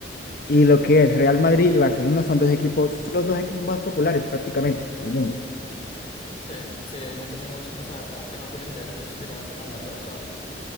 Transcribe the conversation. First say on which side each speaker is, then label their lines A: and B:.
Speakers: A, on the left; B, on the left.
A: Y lo que es Real Madrid y Barcelona son dos equipos, son los dos equipos más populares prácticamente del mundo.
B: sí, sí, hay muchas hay muchas cosas atrás que no tienen que ver específicamente con la persona.